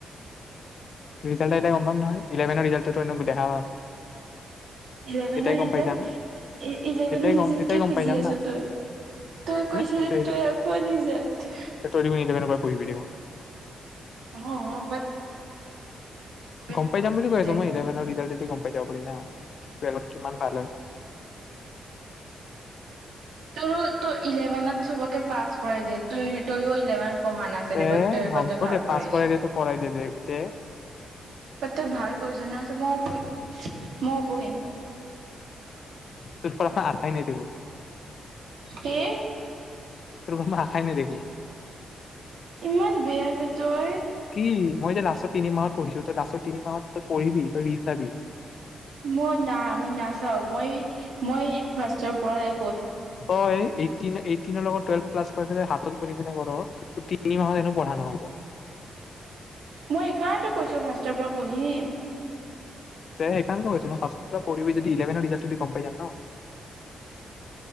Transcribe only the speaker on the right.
ইলেভেনৰ
ৰিজাল্ট
ই ইলেভেনৰ
ৰিজাল্ট
কিয়
খুজি
আছ
তই তই
কৈছিলি
টুৱেলফৰ ৰিজাল্ট
অ বাট বাট
ইলেভেন
তোৰ তো ইলেভেনত চবকে পাছ কৰাই দিয়ে তইও ত ইলেভেন পঢ়া নাছিল
বা টুৱেলফত
তই ভাল
কৰিছ
বা তই ভাল কৰিছ ন ময়ও ময়ও পঢ়িম
সে
ইমান বেয়া বে তই
মই না মই নাচাও মই মই ফাৰ্ষ্টৰ পঢ়াই
মই সেইকাৰণেতো কৈছো ফাৰ্ষ্টৰ পৰা পঢ়িম